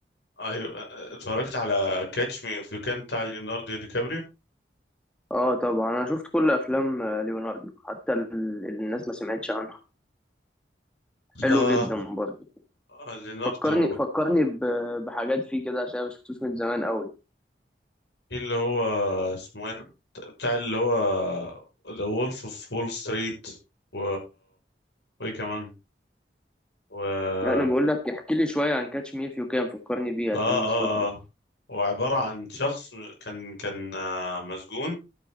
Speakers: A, on the left (about 80°); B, in the centre.
A: ايوه اتفرجت على كاتش مي اف يو كان بتاع ليوناردو دي كابريو
B: اه طبعا انا شفت كل افلام آه، ليوناردو حتى ال- اللي الناس ما سمعتش عنها حلو
A: آه
B: جدا برضه
A: آه، ليوناردو
B: فكرني فكرني ب- بحاجات فيه كده عشان أنا ما شفتوش من زمان قوي
A: في اللي هو اسمه ايه بتاع اللي هو ذا وولف اوف وول ستريت و وايه كمان و اه
B: لا انا بقول لك احكي لي شويه عن كاتش مي اف يو كان فكرني بيه
A: اه
B: عشان مش فاكره
A: اه وعبارة عن شخص كان كان آه، مسجون